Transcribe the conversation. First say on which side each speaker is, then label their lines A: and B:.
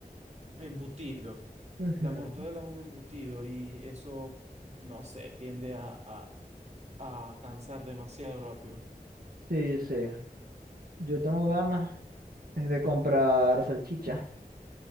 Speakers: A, on the right; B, on the right.
A: Embutido.
B: Ujú.
A: La mortadela es un embutido y eso, no sé, tiende a, a a cansar demasiado rápido.
B: Sí, sí. Yo tengo ganas es de comprar salchichas